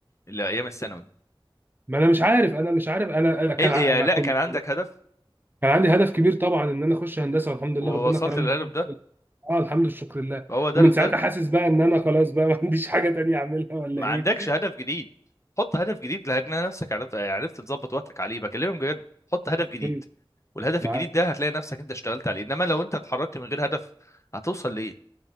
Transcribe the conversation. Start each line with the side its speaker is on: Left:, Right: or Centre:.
Left: لا ايام الثانوي
Right: ما انا مش عارف انا مش عارف انا أنا كان
Left: ايه ال-
Right: ع-
Left: إيه، يعني
Right: انا
Left: لا
Right: كنت
Left: كان عندك هدف
Right: كان عندي هدف كبير طبعا ان انا اخش هندسه والحمد
Left: ووصلت
Right: لله ربنا كرمني
Left: للهدف ده
Right: اه الحمد لله شكر لله
Left: فهو ده
Right: ومن ساعتها
Left: ده
Right: حاسس بقى ان انا خلاص بقى ما عنديش حاجه تانية اعملها ولا
Left: ما
Right: ايه
Left: عندكش هدف جديد حط هدف جديد لان نفسك عرفت عرفت تظبط وقتك عليه بكلمك بجد حط هدف جديد
Right: <laughs>
Left: والهدف
Right: معاك
Left: الجديد ده هتلاقي نفسك انت اشتغلت عليه انما لو انت اتحركت من غير هدف هتوصل لايه؟